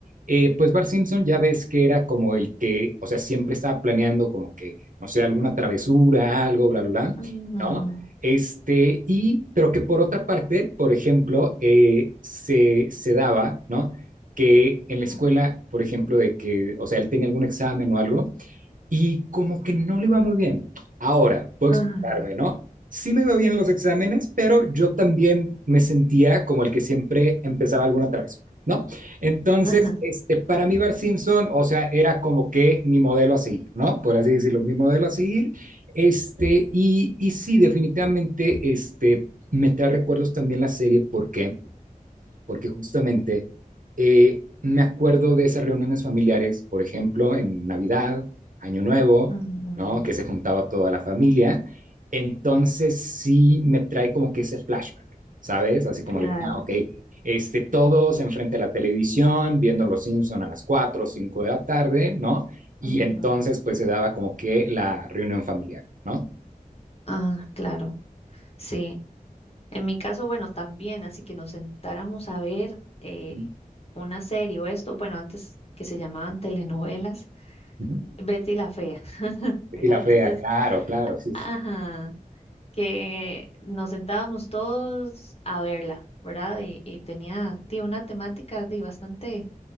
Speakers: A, on the right (about 65°); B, on the left (about 45°).
A: Eh, pues Bart Simpson ya ves que era como el que, o sea, siempre estaba planeando como que, no sé, alguna travesura, algo, bla, bla, bla,
B: ujú,
A: ¿no? Este, y, pero que por otra parte, por ejemplo, eh, se, se daba, ¿no? Que en la escuela, por ejemplo, de que, o sea, él tenía algún examen o algo, y como que no le iba muy bien. Ahora, puedo
B: ajá,
A: explicarme, ¿no? Sí me iba bien los exámenes, pero yo también me sentía como el que siempre empezaba alguna travesura, ¿no? Entonces,
B: <laughs> ajá,
A: este, para mí Bart Simpson, o sea, era como que mi modelo a seguir, ¿no? Por así decirlo, mi modelo a seguir. Este, y, y sí, definitivamente, este, me trae recuerdos también la serie porque porque justamente eh, me acuerdo de esas reuniones familiares, por ejemplo, en Navidad, Año Nuevo,
B: ujú,
A: ¿no? Que se juntaba toda la familia. Entonces sí me trae como que ese flashback, ¿sabes? Así como
B: claro,
A: de, ah, ok, este, todos enfrente de la televisión, viendo Los Simpson a las 4 o 5 de la tarde, ¿no? Y
B: ujú,
A: entonces pues se daba como que la reunión familiar, ¿no?
B: ah, claro, sí. En mi caso, bueno, también, así que nos sentáramos a ver eh,
A: Ujú.
B: una serie o esto, bueno, antes que se llamaban telenovelas
A: Ujú.
B: Betty la fea,
A: Y
B: ¿verdad?
A: la
B: Entonces,
A: fea, claro, claro, sí, sí,
B: ajá,
A: sí,
B: que nos sentábamos todos a verla, ¿verdad? Y, y tenía di, una temática di, bastante